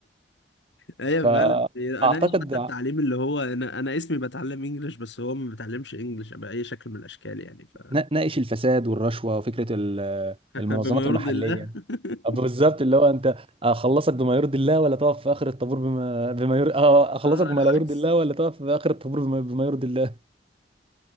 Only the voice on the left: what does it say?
أيوه
فعلا أناقش حتى التعليم اللي هو أنا أنا اسمي بتعلم إنجلش بس هو ما بيتعلمش إنجلش بأي شكل من الأشكال يعني ف...
<laughs>
بما يرضي
الله <laughs>
اه
العكس